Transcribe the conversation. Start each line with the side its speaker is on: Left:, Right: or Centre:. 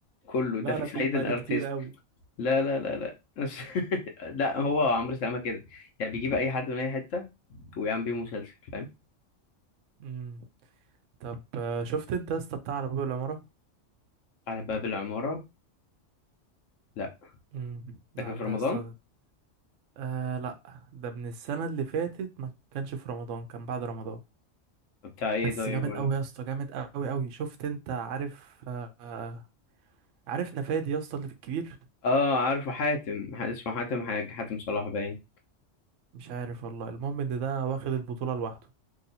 Left: كله ده
Right: لا
Left: في
Right: انا بعيد
Left: سعيد
Right: بقالي
Left: الارتيست
Right: كتير قوي
Left: لا لا لا لا بس- <laughs> لا هو عمرو سلامه كده يعني بيجيب اي حد من اي حته ويعمل بيه مسلسل فاهم
Right: امم طب آه، شفت انت يا اسطى بتاع على باب العماره
Left: على باب العماره لا
Right: امم لا
Left: لكن في
Right: ده
Left: رمضان
Right: يا اسطى آه لا ده من السنة اللي فاتت ما كانش في رمضان كان بعد رمضان
Left: بتاع ايه
Right: بس
Left: طيب
Right: جامد
Left: ولا
Right: قوي يا اسطى جامد قوي قوي شفت انت عارف آه آه، عارف نفادي يا اسطى اللي في الكبير
Left: اه عارفه حاتم ح- اسمه حاتم حاجه حاتم صلاح باين
Right: مش عارف والله المهم ان ده واخد البطولة لوحده